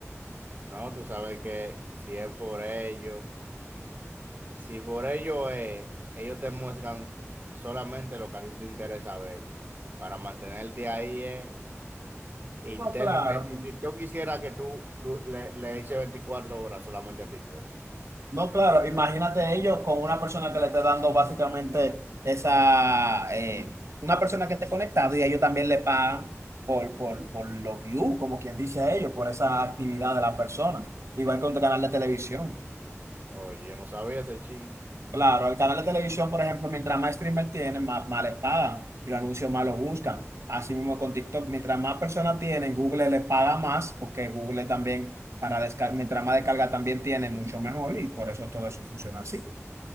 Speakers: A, on the right; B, on the right.
A: no, tú sabes que si es por ello, si por ello es, ellos te muestran solamente lo que a ti te interesa ver. Para mantenerte ahí es interno.
B: No, claro.
A: Eh, eh, Yo quisiera que tú lu- le, le eches 24 horas solamente a TikTok.
B: No, claro, imagínate ellos con una persona que le esté dando básicamente esa, eh, una persona que esté conectado y ellos también le pagan por, por, por los views, como quien dice ellos, por esa actividad de la persona. Igual que un canal de televisión.
A: Oye, yo no sabía ese chin.
B: Claro, el canal de televisión, por ejemplo, mientras más streamer tienen, más, más les pagan y los anuncios más los buscan. Así mismo con TikTok, mientras más personas tienen, Google les paga más porque Google también, para descargar, mientras más descarga también tiene, mucho mejor y por eso todo eso funciona así.